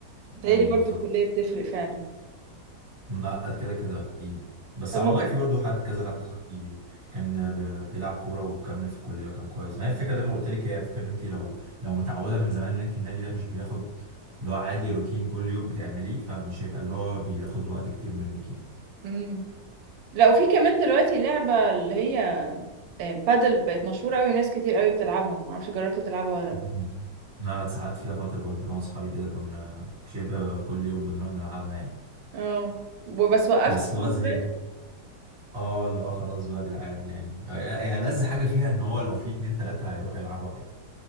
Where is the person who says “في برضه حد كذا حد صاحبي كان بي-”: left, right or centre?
Right